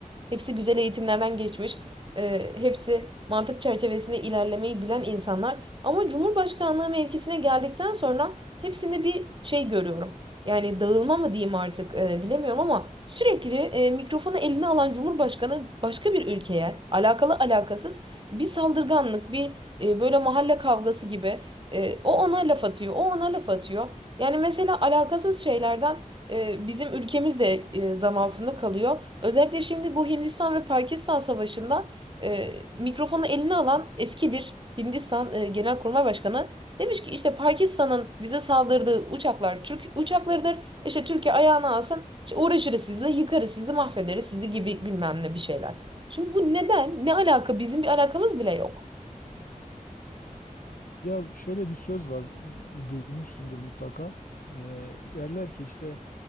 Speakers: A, on the right; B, on the left.
A: Hepsi güzel eğitimlerden geçmiş. e, hepsi mantık çerçevesinde ilerlemeyi bilen insanlar. Ama Cumhurbaşkanlığı mevkisine geldikten sonra hepsinde bir şey görüyorum. Yani dağılma mı diyeyim artık e, bilemiyorum ama sürekli e, mikrofonu eline alan Cumhurbaşkanı başka bir ülkeye alakalı alakasız bir saldırganlık, bir e, böyle mahalle kavgası gibi e, o ona laf atıyor, o ona laf atıyor. Yani mesela alakasız şeylerden e, bizim ülkemiz de e, zan altında kalıyor. Özellikle şimdi bu Hindistan ve Pakistan savaşında e, mikrofonu eline alan eski bir Hindistan e, Genelkurmay Başkanı demiş ki işte Pakistan'ın bize saldırdığı uçaklar Türk uçaklarıdır. İşte Türkiye ayağına alsın. İşte uğraşırız sizinle, yıkarız sizi, mahvederiz sizi gibi bilmem ne bir şeyler. Şimdi bu neden? Ne alaka? Bizim bir alakamız bile yok.
B: Evet. Ya şöyle bir söz var, m- duymuşsundur mutlaka. Eee, derler ki işte